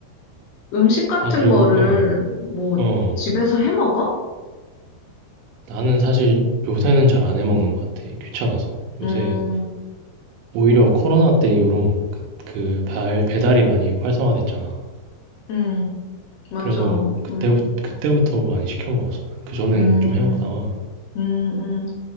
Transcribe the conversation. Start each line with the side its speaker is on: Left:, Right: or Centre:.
Left: 음식 같은
Right: 아, 그리고
Left: 거를
Right: 어,
Left: 뭐
Right: 어.
Left: 집에서 해 먹어?
Right: 나는 사실 요새는 잘 안 해먹는 것 같아. 귀찮아서. 요새
Left: 음,
Right: 오히려 코로나 때 이후로 그, 그 발, 배달이 많이 활성화됐잖아.
Left: 음, 맞아.
Right: 그래서 그때부
Left: 음,
Right: 그때부터 많이 시켜 먹었어. 그전엔
Left: 음,
Right: 좀 해 먹다가
Left: 음, 음.